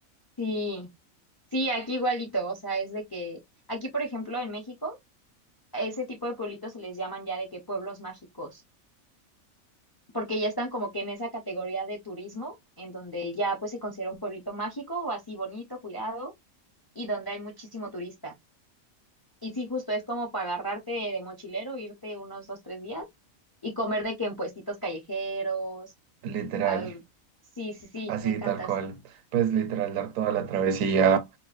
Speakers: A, on the left; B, on the right.
A: Sí, sí, aquí igualito, o sea, es de que aquí, por ejemplo, en México, a ese tipo de pueblitos se les llaman ya de que pueblos mágicos. porque ya están como que en esa categoría de turismo, en donde ya pues se considera un pueblito mágico o así bonito, cuidado, y donde hay muchísimo turista. Y sí, justo es como para agarrarte de mochilero, irte unos dos, tres días y comer de que en puestitos callejeros.
B: literal,
A: al- sí, sí, sí,
B: así
A: me encanta,
B: tal cual,
A: sí.
B: pues literal dar toda la travesía